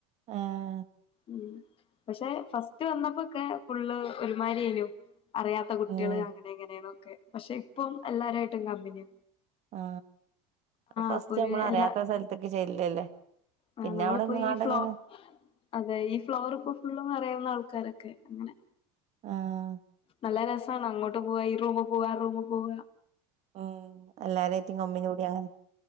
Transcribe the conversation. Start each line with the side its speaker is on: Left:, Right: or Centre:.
Right: ആഹ്
Left: ഉം പക്ഷെ ഫസ്റ്റ് വന്നപ്പോക്കെ ഫുള്ള് ഒരുമാരിഅയ്നു അറിയാത്ത കുട്ടികള്
Right: ഉം
Left: അങ്ങനെ എങ്ങനെയന്നൊക്കെ പക്ഷെ ഇപ്പം എല്ലാരായിട്ടും കമ്പിനി
Right: ആ ഫസ്റ്റ്
Left: അപ്പൊ ഒരു
Right: അമ്മള് അറിയാത്ത
Left: എല്ലാ
Right: സ്ഥലത്ക്ക് ചെല്ലല്ലേ?
Left: ആ
Right: പിന്നെ
Left: നമ്മളിപ്പോ
Right: അവിടെന്ന്ങ്ങാണ്ടങ്ങനെ
Left: ഈ ഫ്ലോ അതെ ഈ ഫ്ലോർ ഇപ്പൊ ഫുളള് അറിയാവുന്ന ആൾക്കാരൊക്കെ അങ്ങനെ
Right: ആഹ്
Left: നല്ല രസമാണ് അങ്ങോട്ട് പോവാ ഈ റൂമിൽ പോവ ആ റൂമിൽ പോവ
Right: ഉം എല്ലാരേറ്റും കമ്പിനി കൂടിയാൽ